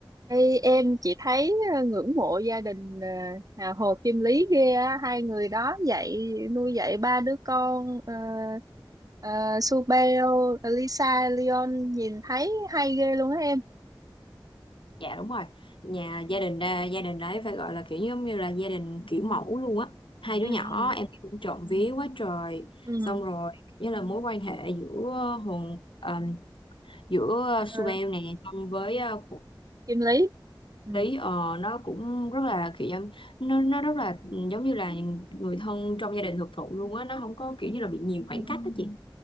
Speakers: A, on the right; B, on the left.
A: Ê, em chỉ thấy ờ, ngưỡng mộ gia đình ờ, à, Hồ Kim Lý ghê á hai người đó dạy nuôi dạy ba đứa con ờ, ờ, Su Beo, Lisa, Leon nhìn thấy hay ghê luôn á em.
B: dạ đúng rồi nhà gia đình đa- gia đình đấy phải gọi là kiểu giống như là gia đình kiểu mẫu luôn á hai đứa
A: Ừ
B: nhỏ em cũng trộm
A: ừ
B: vía quá trời
A: ừ.
B: xong
A: ừ
B: rồi như là mối quan hệ giữa hồn ờm, giữa
A: Ờ,
B: uh, Subel nè xong với ờ, Phú
A: Kim Lý. Ừ.
B: Lý ờ, nó cũng rất là kiểu giống- nó nó rất là giống như là người thân trong gia đình thực thụ luôn á nó không có kiểu như là bị nhiều khoảng
A: ừ.
B: cách đó chị